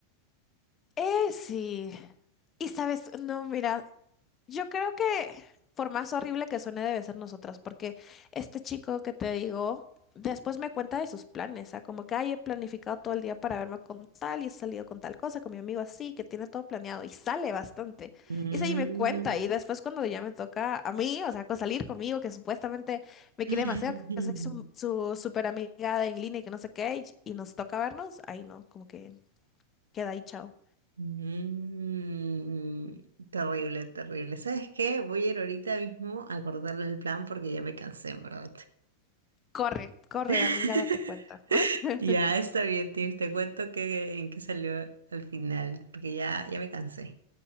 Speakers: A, on the left; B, on the right.
A: Eh, sí. Y sabes, no, mira, Yo creo que, por más horrible que suene, debe ser nosotras, porque este chico que te digo, después me cuenta de sus planes, o sea, como que, ay, he planificado todo el día para verme con tal y he salido con tal cosa, con mi amigo así, que tiene todo planeado y sale bastante.
B: Mm.
A: Y sí, me cuenta y después cuando ya me toca a mí, o sea, con salir conmigo, que supuestamente me quiere
B: <laughs>
A: demasiado, que soy su, su super amiga de en línea y que no sé qué, y, y nos toca vernos, ahí no, como que queda ahí, chao.
B: Mm. Terrible, terrible. ¿Sabes qué? Voy a ir ahorita mismo a cortarle el plan porque ya me cansé, en ¿verdad?
A: Corre, corre,
B: <laughs>
A: amiga, date cuenta. <laughs>
B: Ya está bien, Tiff. Te cuento que en qué salió al final, porque ya, ya me cansé.